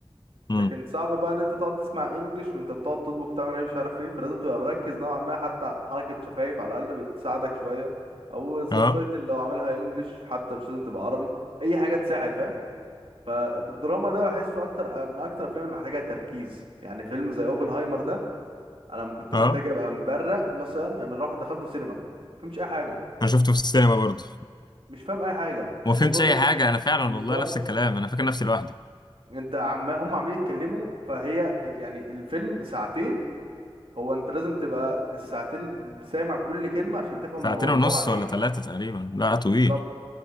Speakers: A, on the left; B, on the right.
A: امم
B: لكن صعب بقى ان انت تقعد تسمع انجليش وانت بتقعد تطبخ تعمل ايه مش عارف ايه فلازم تبقى مركز نوعا ما حتى حركه شفايف على الاقل بتساعدك شويه او
A: <laughs>
B: السبتايتل
A: اه
B: لو عاملها انجليش حتى مش لازم تبقى عربي اي حاجه تساعد فاهم فالدراما ده بحسه اكتر من اكتر الافلام اللي محتاجه تركيز يعني فيلم زي اوبنهايمر ده انا م- كنت
A: اه
B: محتاج ابقى مبرق مثلا انا راح دخلته سينما فهمش اي حاجه
A: انا شفته في السينما برضه
B: مش فاهم اي حاجه
A: وما
B: وما
A: فهمتش
B: اظنش
A: اي حاجه انا فعلا
B: بالظبط
A: والله نفس الكلام انا فاكر نفسي لوحدي
B: انت عما هم عمالين يتكلموا فهي ال- يعني الفيلم ساعتين هو انت لازم تبقى الساعتين سامع كل كلمه عشان تفهم
A: ساعتين
B: هو الحوار
A: ونص
B: عن ايه
A: ولا ثلاثة تقريبا لا طويل
B: بالظبط